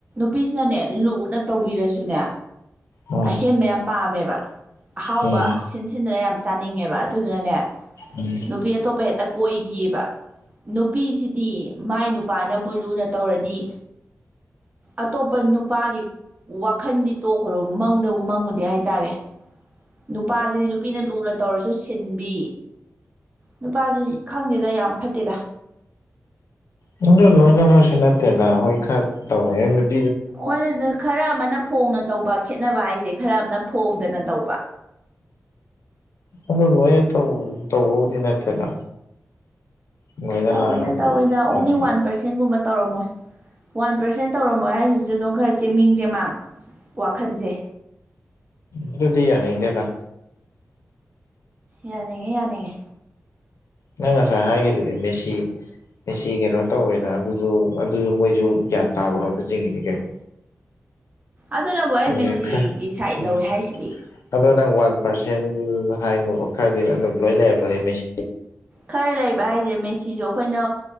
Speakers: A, on the right (about 30°); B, on the left (about 80°).
A: ꯅꯨꯄꯤꯁꯤꯅꯅꯦ ꯂꯨꯅ ꯇꯧꯕꯤꯔꯁꯨꯅꯦ
B: ꯎꯝ
A: ꯑꯍꯦꯟꯕ ꯌꯥꯝ ꯄꯥꯝꯃꯦꯕ ꯑꯍꯥꯎꯕ
B: ꯎꯝ
A: ꯁꯤꯟ ꯁꯤꯟꯗꯅ ꯌꯥꯝ ꯆꯥꯅꯤꯡꯉꯦꯕ ꯑꯗꯨꯗꯨꯅꯅꯦ
B: ꯎꯝ
A: ꯅꯨꯄꯤ ꯑꯇꯣꯞꯄ ꯍꯦꯛꯇ ꯀꯣꯏꯒꯤꯕ ꯅꯨꯄꯤꯁꯤꯗꯤ ꯃꯥꯏ ꯅꯨꯄꯥꯅꯕꯨ ꯂꯨꯅ ꯇꯧꯔꯗꯤ ꯑꯇꯣꯞꯄ ꯅꯨꯄꯥꯒꯤ ꯋꯥꯈꯟꯗꯤ ꯇꯣꯛꯈ꯭ꯔꯣ ꯃꯪꯗꯕꯨ ꯃꯪꯉꯨꯗꯦ ꯍꯥꯏꯇꯥꯔꯦ ꯅꯨꯄꯥꯁꯤꯅꯦ ꯅꯨꯄꯤꯅ ꯂꯨꯅ ꯇꯧꯔꯁꯨ ꯁꯤꯟꯕꯤ ꯅꯨꯄꯥꯁꯤ ꯈꯪꯗꯦꯗ ꯌꯥꯝ ꯐꯠꯇꯦꯗ꯫
B: <unintelligible> ꯂꯣꯏꯅꯃꯛꯁꯨ ꯅꯠꯇꯦꯗ ꯍꯣꯏ ꯈꯔ ꯇꯧꯋꯦ ꯅꯨꯞ
A: <unintelligible> ꯑꯗꯨ ꯈꯔ ꯑꯃꯅ ꯐꯣꯡꯅ ꯇꯧꯕ ꯈꯦꯠꯅꯕ ꯍꯥꯏꯁꯦ ꯈꯔ ꯑꯃꯅ ꯐꯣꯡꯗꯅ ꯇꯧꯕ
B: ꯑꯗꯨꯕꯨ ꯑꯩꯅ ꯇꯧ ꯇꯧꯕꯕꯨꯗꯤ ꯅꯠꯇꯦꯗ ꯂꯣꯏꯅ
A: ꯇꯧꯋꯦꯗ
B: ꯂꯥꯟꯅ ꯎ
A: ꯇꯧꯋꯦꯗ ꯑꯣꯡꯂꯤ
B: ꯄꯣꯠꯇꯣ
A: ꯋꯥꯟ ꯄꯔꯁ ꯒꯨꯝꯕ ꯇꯧꯔꯝꯃꯣꯏ ꯋꯥꯟ ꯄꯔꯁꯦꯟ ꯇꯧꯔꯝꯃꯣꯏ ꯍꯥꯏꯁꯤꯁꯨ ꯑꯗꯨꯝ ꯈꯔ ꯆꯦꯃꯤꯡ ꯆꯦꯃꯥꯡ ꯋꯥꯈꯟꯁꯦ
B: ꯑꯗꯨꯗꯤ ꯌꯥꯅꯤꯡꯗꯦꯗ
A: ꯌꯥꯅꯤꯡꯉꯦ ꯌꯥꯅꯤꯡꯉꯦ
B: ꯅꯪ ꯉꯁꯥꯏ ꯍꯥꯏꯒꯗꯨꯗꯤ ꯃꯦꯁꯤ ꯃꯦꯁꯤ ꯀꯩꯅꯣ ꯇꯧꯋꯦꯅ ꯑꯗꯨꯁꯨ ꯑꯗꯨꯁꯨ ꯃꯣꯏꯁꯨ ꯒ꯭ꯌꯥꯟ ꯇꯥꯕꯔꯣꯝꯗ ꯆꯤꯡꯉꯤꯅꯦ ꯀꯩꯅꯣ
A: ꯑꯗꯨꯅꯕꯨ ꯑꯩ
B: ꯑꯗꯨꯗꯤ
A: ꯃꯦꯁꯤꯒꯤ
B: ꯈꯔ
A: ꯁꯥꯏꯠ
B: ꯎꯝ
A: ꯂꯧꯋꯦ ꯍꯥꯏꯁꯤꯗꯤ
B: ꯑꯗꯣ ꯅꯪ ꯋꯥꯟ ꯄꯥꯔꯁꯦꯟꯗꯨ ꯍꯥꯏꯅꯣꯕ ꯈꯔꯗꯤ ꯑꯗꯨꯝ ꯂꯣꯏ ꯂꯩꯔꯝꯒꯅꯤ ꯃꯦꯁ
A: ꯈꯔ ꯂꯩꯕ ꯍꯥꯏꯁꯦ ꯃꯦꯁꯤꯁꯨ ꯑꯩꯈꯣꯏꯅ